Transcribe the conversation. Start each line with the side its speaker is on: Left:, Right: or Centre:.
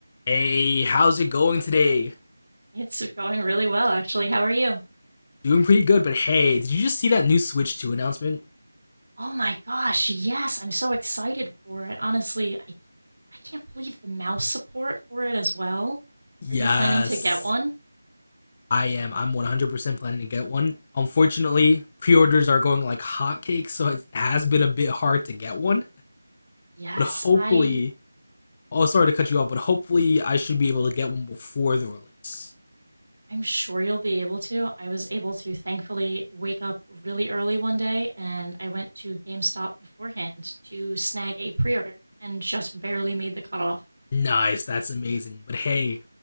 Left: Hey, how's it going today?
Right: It's going really well, actually. How are you?
Left: Doing pretty good, but hey, did you just see that new Switch 2 announcement?
Right: Oh my gosh, yes, I'm so excited for it. Honestly, I I can't believe the mouse support for it as well.
Left: Yes,
Right: Are you planning to get one?
Left: I am. I'm 100% planning to get one. Unfortunately, pre orders are going like hotcakes, so it has been a bit hard to get one.
Right: Yes,
Left: But hopefully,
Right: I
Left: oh, sorry to cut you off, but hopefully, I should be able to get one before the release.
Right: I'm sure you'll be able to. I was able to thankfully wake up really early one day and I went to GameStop beforehand to snag a pre-order and just barely made the cutoff.
Left: Nice, that's amazing. But hey,